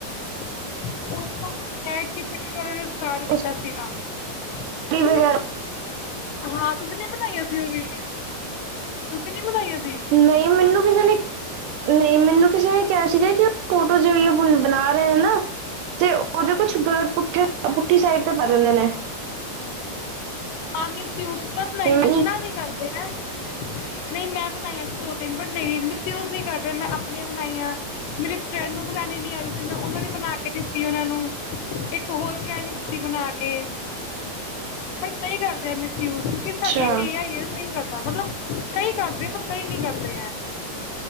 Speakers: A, on the left (about 80°); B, on the right (about 80°).
A: ਉਹ ਸਭ ਚੈਟ ਜੀ ਪੀ ਟੀ ਵਾਲਿਆ ਨੇ ਸਟਾਰਟ ਕੀਤਾ
B: ਉਹ
A: ਸੀਗਾ।
B: ਸਾੜੀ
A: ਤੁਸੀ
B: ਵਗੈਰਾ
A: ਨੀ ਹਾਂ ਤੁਸੀਂ ਨੀ ਬਣਾਈਆ ਸੀ ਉਹ ਵੀਡੀਓ, ਤੁਸੀਂ ਨੀ ਬਣਾਈਆਂ ਸੀ।
B: ਨਈਂ, ਮੈਨੂੰ ਕਿਸੇ ਨੇ ਨਈ, ਮੈਨੂੰ ਕਿਸੇ ਨੇ ਕੇਆ ਸੀਗਾ ਕਿ ਓ, ਫੋਟੋਜ ਔਈਓ ਪੁੱਲ ਬਨਾ ਰੇ ਆ ਨਾ? 'ਤੇ ਓਦੇ ਕੁਛ ਗਲਤ ਪੁਠੇ, ਪੁਠੀ ਸਾਈਡ 'ਤੇ ਪੈ ਜਾਂਦੇ ਨੇ।
A: ਹਾਂ ਮਿੱਸ ਯੂਸ ਪਰ ਨਈ,
B: ਤੇ ਮੈਂ-
A: ਇਤਨਾ ਨਈ ਕਰਦੇ ਐ। ਨਈਂ, ਮੈਂ ਬਨਾਈਆਂ ਦੋ-ਤਿੰਨ ਬਟ ਨਈਂ, ਮਿਸਯੂਜ ਨੀ ਕਰਦੇ ਮੈਂ ਆਪਨੀਆਂ ਬਨਾਈਆਂ। ਮੇਰੀ ਫਰੈਂਡ ਨੂੰ ਬਨਾਨੀ ਨੀ ਆ ਰੀ ਸੀ, ਮੈਂ ਉਨੂੰ ਵੀ ਬਨਾ ਕੇ ਦਿੱਤੀ ਉਨਾਂ ਨੂੰ। ਇੱਕ ਹੋਰ ਫ੍ਰੈਂਡ ਨੂੰ ਦਿੱਤੀ ਬਨਾ ਕੇ। ਕਈ ਕਰਦੇ ਐ ਮਿਸ ਯੂਸਂ, ਕੇ ਸਾਡੀ
B: ਅੱਛਾ
A: ਏ, ਆਈ, ਏ ਨਈ। ਸਾਡਾ ਮਤਲਬ, ਕਈ ਕਰਦੇ ਆ, ਪਰ ਕਈ ਨੀ ਕਰਦੇ ਐ।